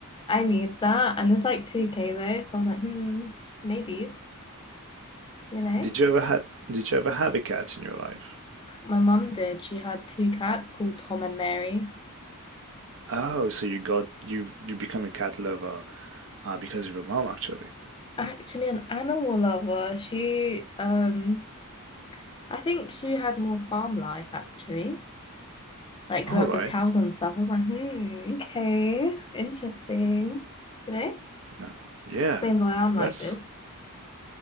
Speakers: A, on the left (about 20°); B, on the right (about 60°).
A: I need that. And it's like 2K though, so I was like, hmm, maybe, you know.
B: Did you ever had did you ever have a cat in your life?
A: My mum did. She had two cats called Tom and Mary.
B: Oh, so you got you've you become a cat lover uh, because of your mom actually.
A: Actually, an animal lover. She um, I think she had more farm life actually. like
B: All
A: grew up
B: right.
A: with cows and stuff. I was like, hmm, okay, interesting. You know,
B: No. Yeah.
A: explains why I'm like
B: That's
A: this.